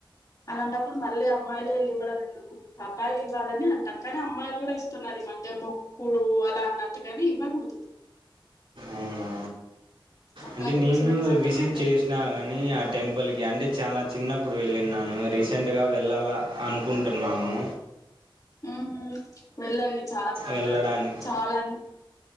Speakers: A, on the left; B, on the right.
A: అలాంటప్పుడు మళ్ళీ అమ్మాయిలెళ్ళివ్వడం ఎందుకు అబ్బాయిలు ఇవ్వాలని అంటాం కానీ అమ్మాయిలు కూడా ఇస్తున్నారు ఈ మధ్య మొక్కు అలా అన్నట్టుగాని ఇవ్వకూడదు.
B: అవునా!
A: అబ్బాయిలు
B: అంటే నేను
A: ఇచ్చినవి మాత్రమే
B: విజిట్
A: ఆ దేవతకి
B: చేసినా గాని ఆ టెంపుల్ కి అంటే చాలా చిన్నప్పుడు వెళ్ళిన్నాను రీసెంట్గా వెళ్ళాల అనుకుంటున్నాము
A: హుహ్మ్ వెళ్ళండి చాలా బాగుంటది
B: వెళ్ళడానికి?
A: చాలాం